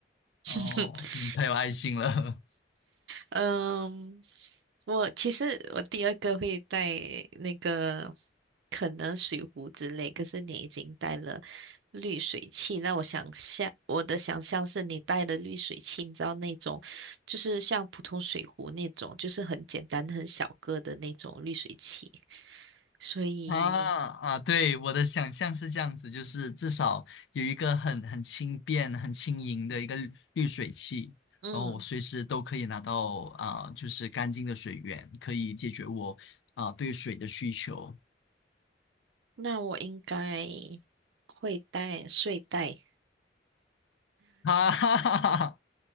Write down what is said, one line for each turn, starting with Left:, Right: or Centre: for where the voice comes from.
Right: <laughs>
Left: 哦，嗯，太有爱心了
Right: 嗯，我其实我第二个会带那个可能水壶之类，可是你已经带了滤水器，那我想象我的想象是你带的滤水器，你知道那种就是像普通水壶那种，就是很简单很小个的那种滤水器，所以。
Left: <laughs> 啊啊！对，我的想象是这样子，就是至少有一个很很轻便、很轻盈的一个滤滤水器，
Right: 嗯。
Left: 然后我随时都可以拿到啊、就是干净的水源，可以解决我啊、对水的需求。
Right: 那我应该会带睡袋，
Left: <laughs> 哈哈哈哈哈